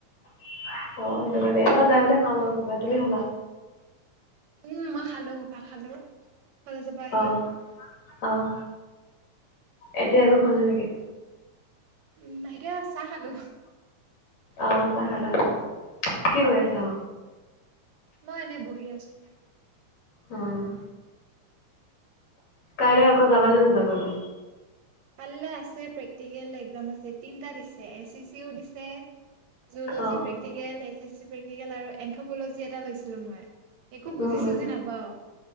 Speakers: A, on the left; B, on the right.
A: অ', সেইটো কাৰণে, এইবাৰ যায় ফালে খাম আৰু কিবা। তুমি খালা?
B: উম, মই খালো, ভাত খালো। কলেজৰ পৰা আহি।
A: অ, অ ল, এতিয়া একো খোৱা নাই নেকি?
B: <unintelligible> চাহ খালো।
A: অ, চাহ খালা।
B: উম
A: কি কৰি আছা?
B: মই এনেই বহি আছো।
A: অ' কাইলৈ আকৌ যাবা নে নোযোৱা কলেজ?
B: কাইলে আছে, প্ৰেক্টিকেল এক্জাম আছে, তিনিটা দিছে, এ চি চিও দিছে যুল'জি
A: অ'
B: practical, S S C practical আৰু এন্থ'পলজি এটা লৈছিলো মই একো
A: উম
B: বুজি-চুজি
A: উম
B: নাপাও।